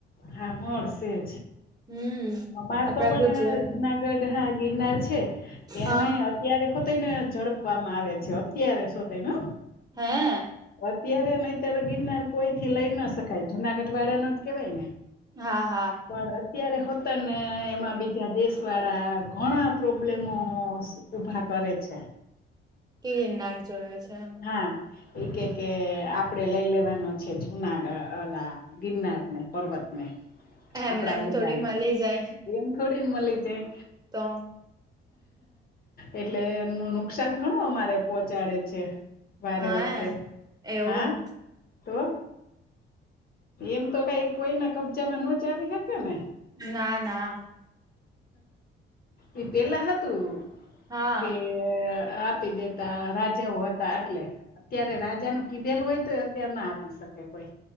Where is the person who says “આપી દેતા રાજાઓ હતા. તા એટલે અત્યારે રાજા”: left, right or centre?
Left